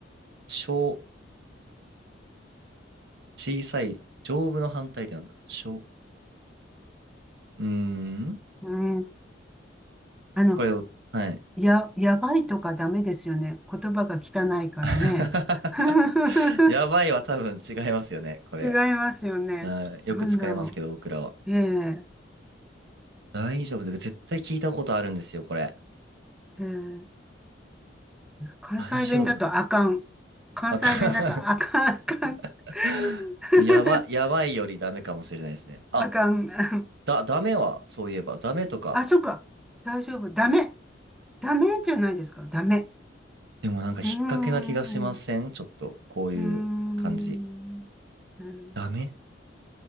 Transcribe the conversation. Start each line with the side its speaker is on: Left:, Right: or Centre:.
Right: 小、小さい、丈夫の反対ってなんだ。小、うーん。
Centre: うん。あの、
Right: これを、はい。
Centre: や、やばいとかダメですよね。言葉が汚いからね。
Right: <laughs>
Centre: <laughs>
Right: やばいは多分違いますよね、これ。
Centre: 違いますよね。
Right: あー、よく使いますけど、
Centre: なんだろ
Right: 僕らは。
Centre: う。ええ、
Right: 大丈夫で、絶対聞いたことあるんですよ、これ。
Centre: ええ、うん関西弁だとあかん。
Right: 大丈夫
Centre: 関西弁だとあかん、
Right: あか
Centre: あかん。
Right: <laughs>
Centre: <laughs>
Right: やば、やばいよりダメかもしれないですね。あ、
Centre: あかん。<laughs>
Right: だ、ダメは、そういえば、ダメとか。
Centre: あ、そっか。大丈夫。ダメ。ダメじゃないですか。ダメ。
Right: でもなんか引っ掛けな気がしませんちょっと、
Centre: うーん。う
Right: こういう感じ。
Centre: ーん。うん。
Right: ダメ